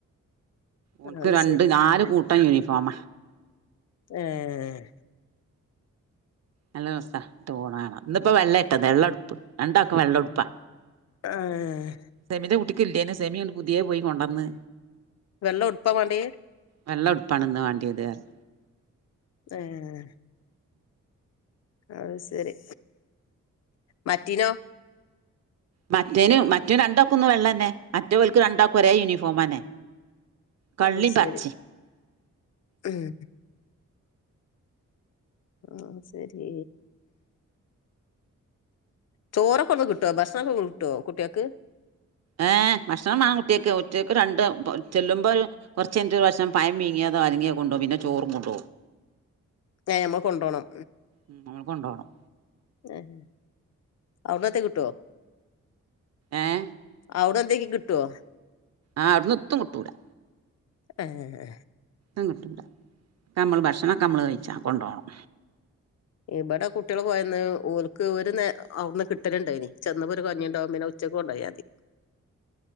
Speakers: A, on the right; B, on the left.
A: ഓല്ക്ക്
B: അത്
A: രണ്ട്
B: ശരി
A: നാല് കൂട്ടം യൂണിഫോമ
B: ഏഹ്
A: നല്ലൂസ ഇട്ടു പോണ കാണ ഇന്നിപ്പ വെള്ളെട്ടത് വെള്ള ഉടുപ്പ് രണ്ടാക്കും വെള്ള ഉടുപ്പാ
B: ആഹ്
A: സെമിന്റെ കുട്ടിക്കില്ലേനു സെമിന്ന്ട്ട് പുതിയേ പോയി കൊണ്ടുവന്ന്
B: വെള്ള ഉടുപ്പാമാണ്ടിയെ
A: വെള്ള ഉടുപ്പാണ്ന്ന്‌ വണ്ടിയത് പറ-
B: ഏഹ് അയ് ശരി മറ്റിനോ
A: മറ്റേന് മറ്റേ രണ്ടാക്കും ഇന്ന് വെള്ളന്നെ മറ്റേ ഇവലക്ക് രണ്ടാക്കും ഒരേ യൂണിഫോം തന്നെ കള്ളിം
B: അത്
A: പച്ചിം
B: ശരി ഉം ആഹ് ശരി ചോറ് ഒക്കെ കിട്ടോ ഭക്ഷണം കിട്ടോ കുട്ടിആൾക്ക്
A: ഏഹ് ഭക്ഷണം മാണ് കുട്ടിൾക്ക് ഒറ്റക്ക് രണ്ട് ചെല്ലുമ്പോ ഒരു കുറച്ച് കഴിഞ്ഞിട്ട് ഒരു ഭക്ഷണം പയം പീങ്ങിയതോ അലങ്ങിങ്കി കൊണ്ടു പോകും പിന്നെ ചോറും കൊണ്ടപോകും
B: ഏഹ് നമ്മൾ കൊണ്ടോണം
A: ഉം നമ്മൾ കെണ്ടുപോകണം
B: ഏഹ് ഔടെന്ന്എത്തെ കിട്ടോ
A: ഏഹ്
B: അവിടെ എന്തേങ്കി കിട്ടുവോ
A: ആഹ് അവിടുന്ന് എത്തും കിട്ടുലാ
B: ഏഹ്
A: എത്തും കിട്ടുലാ ഇപ്പം മ്മള് ഭക്ഷണം മ്മള് കഴിച്ചാ കൊണ്ടോ ണം
B: ഇവിടെ കുട്ടികൾ പോയന്ന് ഓൽക്ക് ഒരു നേ അവിന്ന് കിട്ടലുണ്ടോയിനി ചെന്നപ്പോ ഒരു കഞ്ഞി ഉണ്ടാവും പിന്നെ ഉച്ചക്ക കൊണ്ടോയാ തി